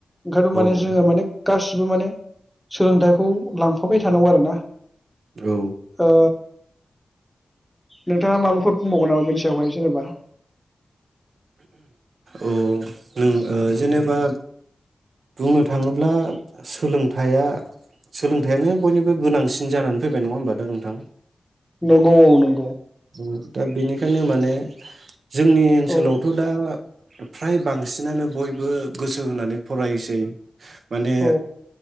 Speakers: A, in the centre; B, on the right.
A: ओंखायथ' माने
B: औ
A: जोङो माने गासिबो माने सोलोंथाइखौ लांफाबाय थानांगौ आरो ना
B: औ
A: ओ नोंथाङा माबाफोर बुंबावगोन नामा बेनि सायावहाय जेनेबा
B: औ नों दा जेनेबा बुंनो थाङोब्ला सोलोंथाइया सोलोंथाइयानो बयनिबो गोनांसिन जानानै फैबाय नङा होमबा दा नोंथां?
A: नंगौ औ नंगौ।
B: उम दा बेनिखायनो माने जोंनि ओनसोलावथ'
A: औ
B: दा फ्राय बांसिनानो बयबो गोसो होनानै फरायोसै। माने
A: औ